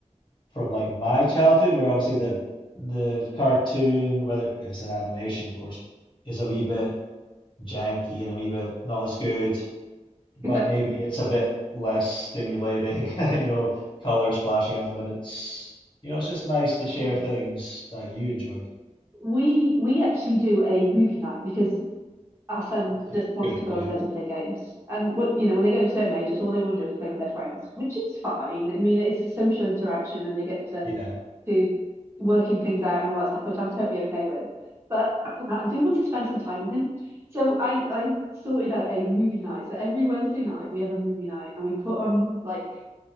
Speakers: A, on the left; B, on the right.
A: from like my childhood, where obviously the the cartoon, whether if it's an animation, of course, is a wee bit janky and a wee bit not as good, but
B: <laughs>
A: maybe it's a bit less stimulating, <laughs> you know, color splashing at them, and it's, you know, it's just nice to
B: Um,
A: share things that you enjoy.
B: we we actually do a movie night because our son
A: That's a
B: just wants
A: good
B: to
A: idea.
B: go upstairs and play games. And what you know, when they get to a certain age, that's all they want to do is play with their friends, which is fine. I mean, it's a social interaction and they get to
A: Yeah,
B: to working things out and all that stuff, which I'm totally okay with. But <clears throat> I do want to spend some time with him. So I I sorted out a movie night. So every Wednesday night we have a movie night and we put on like